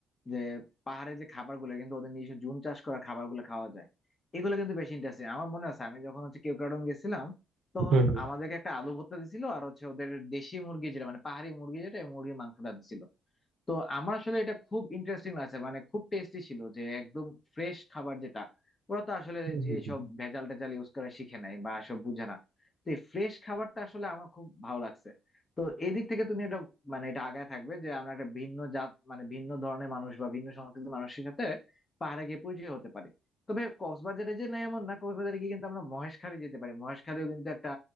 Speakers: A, on the left; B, on the right.
A: যে পাহাড়ে যে খাবারগুলো কিন্তু ওদের নিজস্ব জুম চাষ করা খাবারগুলো খাওয়া যায় এগুলো কিন্তু বেশি ইন্টারেস্টিং আমার মনে আছে আমি যখন হচ্ছে কেওক্রাডং গেছিলাম তখন
B: হুম, হুম।
A: আমাদেরকে একটা আলু ভর্তা দিছিল আর হচ্ছে ওদের দেশি মুরগি যেটা মানে পাহাড়ি মুরগি যেটা এই মুরগির মাংসটা দিছিল তো আমার আসলে এটা খুব ইন্টারেস্টিং আছে মানে খুব টেস্টি ছিল যে একদম ফ্রেশ খাবার যেটা ওরা তো আসলে
B: হুম, হুম,
A: এইসব
B: হুম।
A: ভেজাল টেজাল ইউজ করা শিখে নাই বা সব বুঝে না তো এই ফ্রেশ খাবারটা আসলে আমার খুব ভালো লাগছে তো এই দিক থেকে তুমি এটা মানে এটা আগায় থাকবে যে আমরা একটা ভিন্ন জাত মানে ভিন্ন ধরনের মানুষ বা ভিন্ন সংস্কৃতির মানুষের সাথে পাহাড়ে গিয়ে পরিচয় হতে পারি তবে কক্সবাজারে যে নাই এমন না কক্সবাজারে গিয়ে কিন্তু আমরা মহেশখালী যেতে পারি মহেশখালীও কিন্তু একটা